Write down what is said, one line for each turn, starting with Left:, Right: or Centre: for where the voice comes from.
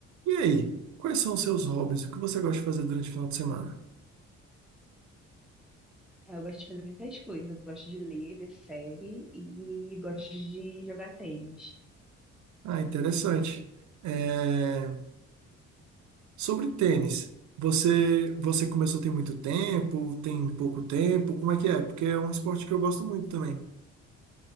Right: E aí, quais são os seus hobbies? O que você gosta de fazer durante o final de semana?
Centre: É, eu gosto de fazer muitas coisas. Eu gosto de ler, ver série e gosto de jogar tênis.
Right: Ah, interessante. É, Sobre tênis, você você começou tem muito tempo, tem pouco tempo, como é que é? Porque é um esporte que eu gosto muito também.